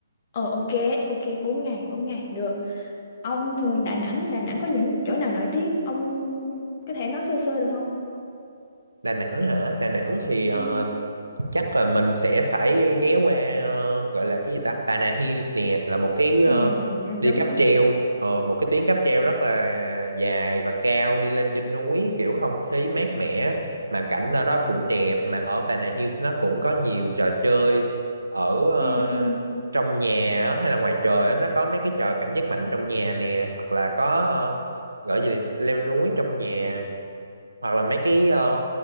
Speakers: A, on the left (about 40°); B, on the right (about 75°).
A: Ờ ok, ok bốn ngày, 4 ngày được. Ông thường Đà Nẵng, Đà Nẵng có những chỗ nào nổi tiếng? Ông có thể nói sơ sơ được không?
B: Đà Nẵng hả? Đà Nẵng thì ờ,
A: Ừ.
B: chắc là mình sẽ phải ghé qua ờ, gọi là cái gì ta? Pana Hills nè, là một cái ờ,
A: Ừ, ừ,
B: đi
A: đúng
B: cáp
A: rồi.
B: treo, ờ, một cái tuyến cáp treo rất là dài và cao đi lên trên núi, kiểu không khí mát mẻ mà cảnh ở đó cũng đẹp mà ở Pana Hills nó cũng có nhiều trò chơi ở ờ,
A: Ừ ừ.
B: trong nhà á, hay là ngoài trời á, nó có mấy cái trò cảm giác mạnh trong nhà nè, hoặc là có ờ, gọi gì là leo núi trong nhà hoặc là mấy cái ờ,